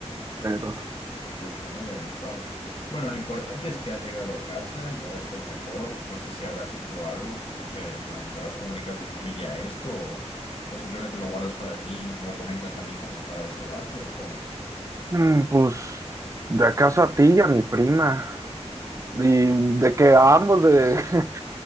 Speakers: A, on the right (about 25°); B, on the left (about 55°).
A: pero...
B: Pues son muy avispadas. Bueno, lo importante es que has llegado a casa y ahora estás mejor. No sé si habrás hecho algo, no sé, en plan, ¿le vas a comunicar a tu familia esto o, o simplemente lo guardas para ti y me lo comentas a mí como para desahogarte o cómo?
A: mm, Pues, ¿de acaso a ti y a mi prima? Y de que a ambos, de, <laughs>